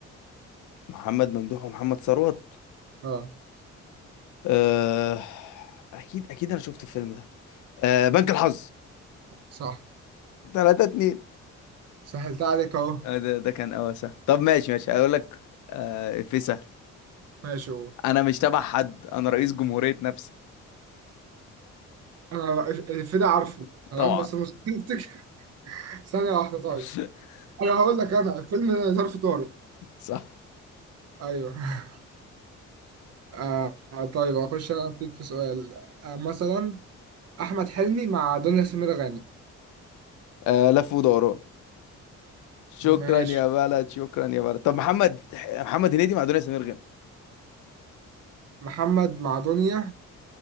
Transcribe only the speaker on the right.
اه
صح
سهلتها عليك اهو
ماشي هو
انا الفيلم ده عارفه تمام
بس مستحيل افتكر <laughs> ثانية واحدة طيب
انا هقول لك انا فيلم ظرف طارق
ايوه <laughs> آه آه، طيب اخش انا فيك في سؤال آه مثلا احمد حلمي مع دنيا سمير غانم
ماشي
محمد مع دنيا